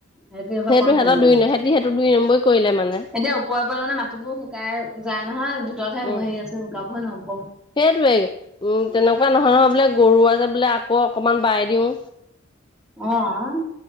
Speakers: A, in the centre; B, on the left.
A: সিহতি আক
B: সেইটো
A: কম
B: সিহঁতৰ
A: টেঙৰ
B: দুই ন, সিহঁতি সেইটো দুই
A: <inaudible>
B: নম্বৰী কৰিলে মানে
A: এতিয়া ওপৰত মানে মাটিবোৰ শুকাই যায় নহয়। ভিতৰত হে
B: উম
A: ব হে আছে বোকা বো হয় নহ'ব।
B: সেইটোৱে উম তেনেকুৱা নহয় নহয় বোলে গৰু আছে যে বোলে আকৌ অকমান বাই দিওঁ।
A: আহ